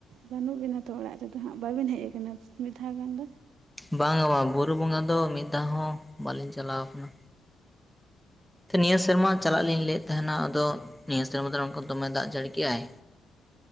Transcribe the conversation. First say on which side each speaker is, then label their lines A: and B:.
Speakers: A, on the right; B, in the centre.
A: ᱵᱟᱹᱱᱩᱜ ᱵᱤᱱᱟ ᱛᱚ ᱚᱲᱟᱜ ᱨᱮᱫᱚ ᱦᱟᱸᱜ ᱵᱟᱹᱵᱤᱱ ᱦᱮᱡ ᱟᱠᱟᱱᱟ ᱢᱤᱫ ᱫᱷᱟᱣ ᱜᱟᱱ ᱫᱚ
B: ᱵᱟᱝ ᱟ ᱵᱟᱝ ᱵᱩᱨᱩ ᱵᱚᱸᱜᱟ ᱫᱚ ᱢᱤᱫ ᱫᱷᱟᱣ ᱦᱚᱸ ᱵᱟᱹᱞᱤᱧ ᱪᱟᱞᱟᱣ ᱟᱠᱟᱱᱟ ᱱᱤᱭᱟᱹ ᱥᱮᱨᱢᱟ ᱪᱟᱞᱟᱜ ᱞᱤᱧ ᱞᱟᱹᱭᱮᱫ ᱛᱟᱦᱮᱱᱟ ᱟᱫᱚ ᱱᱤᱭᱟᱹ ᱥᱮᱨᱢᱟ ᱫᱚ ᱫᱚᱢᱮ ᱫᱟᱜ ᱡᱟᱹᱲᱤᱼᱠᱮᱫᱟᱭ